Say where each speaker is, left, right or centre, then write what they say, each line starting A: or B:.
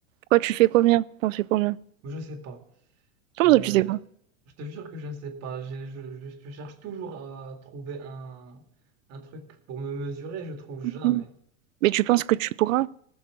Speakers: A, on the right; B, on the right.
A: Quoi, tu fais combien? T'en fais combien?
B: Je sais pas.
A: Comment
B: Euh,
A: ça, tu sais pas?
B: je te jure que je ne sais pas. J'ai- Je, je- je cherche toujours à trouver un, un truc pour me mesurer, je trouve jamais.
A: Mhm. Mais tu penses que tu pourras?